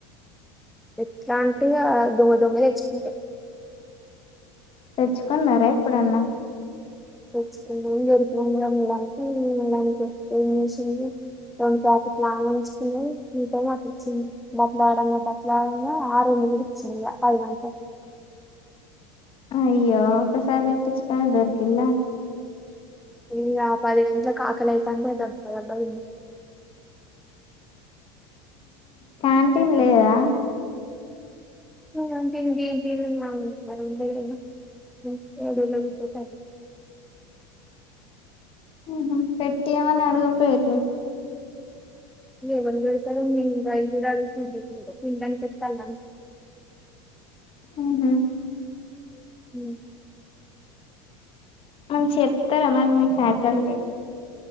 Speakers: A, in the centre; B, on the left (about 40°).
A: ఎట్లాంటివ దొంగ దొంగ తెచ్చుకుంటె
B: తెచ్చుకున్నారే ఇప్పుడన్న
A: తెచ్చుకుందెమో ఎరుపు రంగు దానికి ఏమి చేసింది రెండు జాకెట్లు ఆమె ఉంచుకుంది మిగతావి నాకు ఇచ్చింది. బట్లాడంగా బట్లాడగా ఆరు రెండు కూడా ఇచ్చింది పది అంత. తెచ్చుకుందామని గరిక తీసుకొచ్చాం. మళ్లీ రెండు పాతికలు ఉంచుకుంది. మిగతావి మాకు ఇచ్చింది. మాట్లాడుతుండగా మరో ఆరు వందలు కూడా ఇచ్చింది. అంతే.
B: అయ్యో ఒక్కసారి పిచ్ కారు దొరికిందా?
A: నిన్న పది గంటలకు ఆకలి అయితాండ దబ్బ దబ్బ తిన్నా.
B: క్యాంటీన్ లేదా?
A: క్యాంటీన్ గీన్టీన్ కి రాను అంతేగదా గాసేపు ఈడ్ద్నే కూచుంటే అయిపోతాది.
B: హ్మ్ పెట్టాయమని అడగకపోయేట్లు.
A: ఏవన్డి పెడతారు మేము రైస్ గూడా అడక్కుండా తినడానికి వత్తాన్న.
B: హ్మ్ హు
A: హ
B: అని చెప్తే మరి మీ ఫ్యాకల్టీ